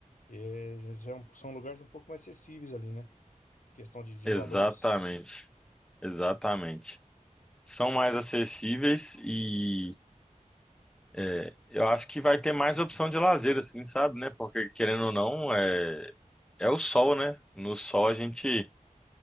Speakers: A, on the left; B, in the centre.
A: eh, são, são lugares um pouco mais acessíveis ali, né, questão de, de
B: exatamente.
A: valores.
B: Exatamente. São mais acessíveis e É, eu acho que vai ter mais opção de lazer, assim, sabe, né? Porque querendo ou não, é, é o sol, né? No sol a gente